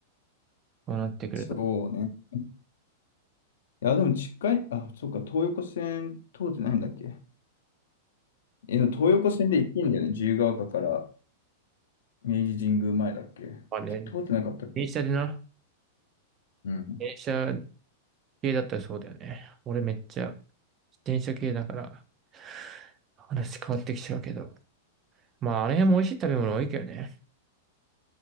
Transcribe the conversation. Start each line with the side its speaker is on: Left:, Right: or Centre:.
Right: こうなってくると。
Left: そうね。いや、でも近い、あ、そっか、東横線通ってないんだっけえ、でも東横線で行けんだよね。自由が丘から明治神宮前だっけ
Right: まあね、
Left: 通ってなかったっけ
Right: 電車でな。
Left: うん。
Right: 電車系だったらそうだよね。俺めっちゃ自転車系だから話変わってきちゃうけど。まああれも美味しい食べ物多いけどね。